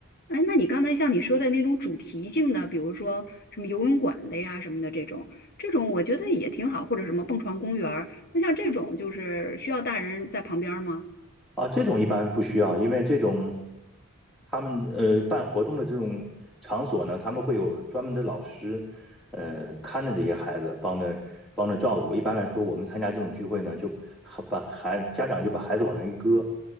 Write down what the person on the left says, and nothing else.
哎，那你刚才像你说的那种主题性的，比如说什么游泳馆的呀什么的这种，这种我觉得也挺好，或者什么蹦床公园儿，那像这种就是需要大人在旁边儿吗？